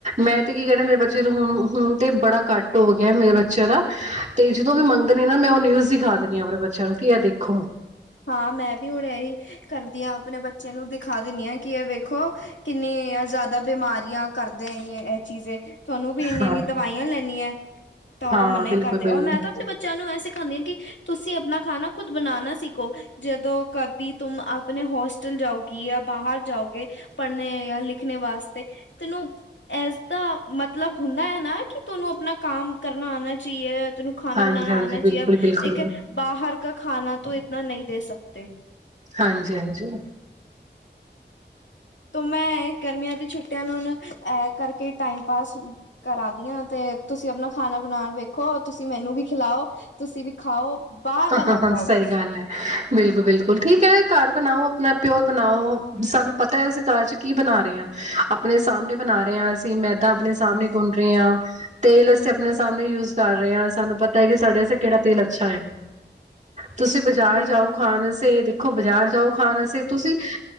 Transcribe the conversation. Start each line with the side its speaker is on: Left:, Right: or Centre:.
Right: ਮੈਂ ਤੇ ਕੀ ਕਹਿਣਾ ਮੇਰੇ ਬੱਚੇ ਤੋਂ ਹੁਣ ਹੁਣ ਤੇ ਬੜਾ ਕੱਟ ਹੋ ਗਿਆ ਮੇਰੇ ਬੱਚਿਆਂ ਦਾ। ਤੇ ਜਦੋਂ ਵੀ ਮੰਗਦੇ ਨੇ ਨਾ ਮੈਂ ਉਹ ਨਿਊਜ਼ ਸਿਖਾ ਦੇਣੀ ਆ ਆਪਣੇ ਬੱਚਿਆਂ ਨੂੰ ਕੀ ਆ ਦੇਖੋ
Left: ਹਾਂ ਮੈਂ ਵੀ ਹੁਣ ਇਹੀ ਕਰਦੀ ਹਾਂ ਆਪਣੇ ਬੱਚੇ ਨੂੰ ਖਾ ਦਿੰਦੇ ਹਾਂ ਕਿ ਇਹ ਵੇਖੋ ਕਿੰਨੀਆਂ ਜ਼ਿਆਦਾ ਬਿਮਾਰੀਆਂ ਕਰਦੇ ਇਹ ਚੀਜ਼ੇ ਤੁਹਾਨੂੰ ਵੀ ਇੰਨੀ
Right: ਹਾਂ
Left: ਇੰਨੀ ਦਵਾਈਆਂ ਲੈਣੀਆਂ <inaudible> ਤਾਂ ਉਹ
Right: ਹਾਂ
Left: ਮੰਨਾ
Right: ਬਿਲਕੁਲ
Left: ਹੀ ਕਰਦੇ
Right: ਬਿਲਕੁਲ
Left: ਮੈਂ ਤਾਂ ਆਪਣੇ ਬੱਚਿਆਂ ਨੂੰ ਐਸ ਖਾਂਦੀ ਕਿ ਤੁਸੀਂ ਆਪਣਾ ਖਾਣਾ ਖੁਦ ਬਣਾਣਾ ਸਿੱਖ ਖੋ ਜਦੋਂ ਕਵੀ ਤੁਮ ਆਪਣੇ ਹੋਸਟਲ ਜਾਓਗੀ ਜਾਂ ਬਾਹਰ ਜਾਓਗੇ ਪੜ੍ਹਨੇ ਜਾਂ ਲਿਖਣੇ ਵਾਸਤੇ ਤੈਨੂੰ ਇਸਦਾ ਮਤਲਬ ਹੁੰਦਾ ਹੈ ਨਾ ਕਿ ਤੈਨੂੰ ਆਪਣਾ ਕੰਮ ਕਰਨਾ ਆਉਣਾ ਚਾਹੀਏ ਤੁਹਾਨੂੰ ਖਾਣਾ
Right: ਹਾਂਜੀ
Left: ਬਣਾਉਣਾ
Right: ਹਾਂਜੀ
Left: ਆਉਣਾ
Right: ਬਿਲਕੁਲ
Left: ਚਾਹੀਦਾ
Right: ਬਿਲਕੁਲ
Left: ਤੇ ਇੱਕ ਬਾਹਰ ਖਾਣਾ ਤੋਂ ਨਹੀਂ ਦੇ ਸਕਦੇ
Right: ਹਾਂਜੀ ਹਾਂਜੀ
Left: ਤੋ ਮੈਂ ਗਰਮੀਆਂ ਦੀ ਛੁੱਟੀਆਂ ਨੂੰ ਹੁਣ ਇਹ ਕਰਕੇ ਟਾਈਮ ਪਾਸਕਰਾਦੀ ਹਾਂ ਤੇ ਤੁਸੀਂ ਆਪਣਾ ਖਾਣਾ ਬਣਾਉਣ ਵੇਖੋ ਤੁਸੀਂ ਮੈਨੂੰ ਵੀ ਖਿਲਾਓ ।ਤੁਸੀਂ ਵੀ ਖਾਓ। ਬਾਹਰ
Right: ਹਾਂ-ਹਾਂ
Left: ਦਾ ਨਾ
Right: -ਹਾਂ
Left: ਖਾਓ
Right: ਸਹੀ
Left: ਬਸ
Right: ਗੱਲ ਹੈ ਬਿਲਕੁਲ -ਬਿਲਕੁਲ ਠੀਕ ਹੈ ਘਰ ਬਣਾਓ। ਇਨਾ ਪਿਓਰ ਬਣਾਓ ਸਾਨੂੰ ਪਤਾ ਹੈ ਅਸੀਂ ਘਰ ਚ ਕੀ ਬਣਾ ਰਹੇ ਹਾਂ ਆਪਣੇ ਸਾਹਮਣੇ ਬਣਾ ਰਹੇ ਹਾਂ ਅਸੀਂ ਮੈਦਾ ਆਪਣੇ ਸਾਹਮਣੇ ਗੁੰਨ ਰਹੇ ਹਾਂ ਤੇਲ ਅਸੀਂ ਆਪਣੇ ਸਾਹਮਣੇ ਯੂਜ ਕਰ ਰਹੇ ਹਾਂ ਸਾਨੂੰ ਪਤਾ ਹੈ ਕਿ ਸਾਡੇ ਵਾਸਤੇ ਕਿਹੜਾ ਤੇਲ ਅੱਛਾ ਹੈ। ਤੁਸੀਂ ਬਾਜ਼ਾਰ
Left: ਬਿਲਕੁਲ
Right: ਜਾਓ ਖਾਣ ਵਾਸਤੇ ਬਾਜ਼ਾਰ ਜਾਓ ਖਾਣ ਵਾਸਤੇ ਤੁਸੀਂ